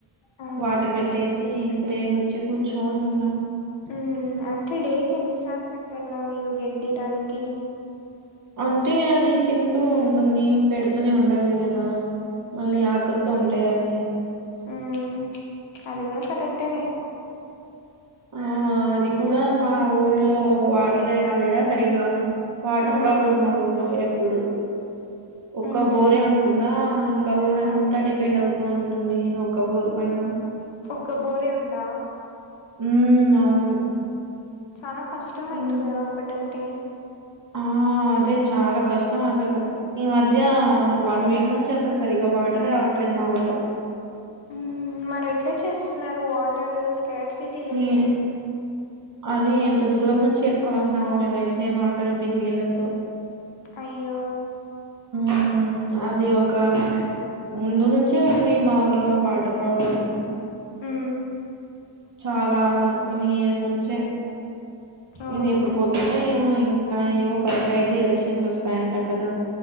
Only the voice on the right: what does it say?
వాటర్ పెట్టేసి ఇప్పుడే వచ్చి కూర్చోని ఉన్న
అంటే అది తింటూ ఉంటుంది పెడ్ పెడ్తూనే ఉండాలి గదా మళ్ళీ ఆకలితో ఉంటాయి అవి
ఆహ్ అది కూడా మా ఊర్లో వాటరే రాలేదా సరిగా వాటర్
ప్రాబ్లమ్ మా ఊర్లో ఎప్పుడు ఒక్క
బోరే ఉంటుందా ఇంకా ఊరంతా
డి పెండవ్తూ ఉంటుంది ఒక్క బోరు పైన
ఉమ్ అవును
హ్మ్.
ఆ! అదే చాలా కష్టం అసలు ఈ మధ్య వన్ వీక్ నుంచి అసలు సరిగా వాటరే రాట్లేదు మా ఊర్లో
ఏ అది ఎంత దూరం నుంచి ఎత్కొని వొస్తమామేమైతే వాటర్ బిన్ నీళ్లతో
ఆ అది ఒకా ముందు నుంచే ఉంది మా ఊర్లో వాటర్ ప్రాబ్లము
చాలా కొన్ని ఇయర్స్ నుంచే
ఇది ఎప్పుడు పోతుందో ఏమో ఇంకా ఏమో పంచాయతీ ఎలక్షన్స్ వొస్తయంట కదా